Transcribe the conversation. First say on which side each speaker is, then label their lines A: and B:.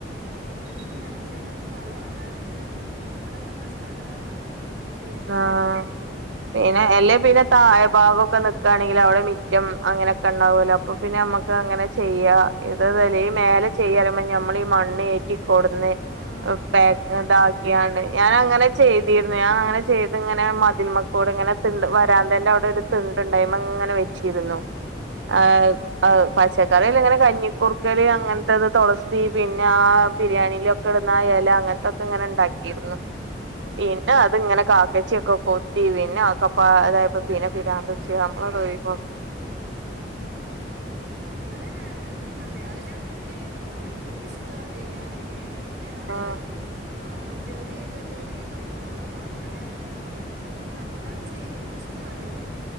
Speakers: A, on the right; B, on the right.
A: പിന്നെ ഞങ്ങക്ക് പിന്നെ സ്ഥലം കൊണ്ടാണ് ചെയ്യാൻ പറ്റും നമ്മള തന്നെ സ്ഥലമാണ് അങ്ങനെ നമുക്ക് ചെയ്യാൻ പറ്റും
B: ആഹ്
A: ഇഷ്ടം പോലെ
B: പിന്നെ അല്ലേ പിന്നെ താഴെ ഭാഗോക്കെ നിക്കണെങ്കിൽ അവിടെ മിറ്റം അങ്ങനെയൊക്കെ ഉണ്ടാവോല്ലോ അപ്പൊ പിന്നെ നമ്മക്ക്
A: ഉം
B: അങ്ങനെ ചെയ്യാ ഇത് അതല്ല
A: ഉം
B: ഈ മേലെ ചെയ്യ അറീമ്പം നമ്മള് ഈ മണ്ണ് ഏറ്റി കൊടുന്ന്
A: ആഹ് ആഹ് അത്
B: പാക്ക്
A: ശരിപ്പാടാ
B: ഇതാക്കിയാണ്
A: ആഹ്
B: ഞാൻ അങ്ങനെ ചെയ്തിരുന്നു ഞാൻ അങ്ങനെ ചെയ്തീരുന്നു ഞാൻ അങ്ങനെ ചെയ്ത് ഇങ്ങനെ മതിൽമ്മക്കുടെ ഇങ്ങനെ തിണ്ട് വരാന്തന്റെ അവിടെ ഒരു തിണ്ടുണ്ട് അയ്മങ്ങനെ വെച്ചിരുന്നു
A: ആഹ് ഉം
B: ആഹ് ആഹ് പച്ചക്കറിൽ ഇങ്ങനെ കഞ്ഞിക്കുർക്കല് അങ്ങനത്തെത് തൊളസി പിന്നെ ആ ബിരിയാണിയിലൊ ക്കെ ടുന്ന ആ എല അങ്ങനത്തൊക്കെ
A: ഉം
B: ഇങ്ങനെ ഉണ്ടാക്കിരുന്നു
A: ഉം
B: പിന്നെ അത്ങ്ങനെ കാക്കച്ചി ഒക്കെ കൊത്തി പിന്നെ ഒക്കപ്പ അതായപ്പം പിന്നെ പിരാന്ത് പിടിച്ച് നമ്മളത് ഒഴിവാക്കും
A: ഊം ഇവടെ ഞങ്ങളും അത്യാവശ്യം ചെയ്യുന്നുണ്ടല്ലോ എനിക്കിഷ്ടവാ ചെയ്യാനൊക്കെയ് പിന്നെ നമ്മള്
B: ഉം
A: ആ ജോലിയൊക്കെ ജോലിക്കൊക്കെ പോണണ്ട് അപ്പൊ അങ്ങനെ ആയോണ്ട് <unintelligible> ചെയ്യും ഇഷ്ടവാ ചെയ്യാൻ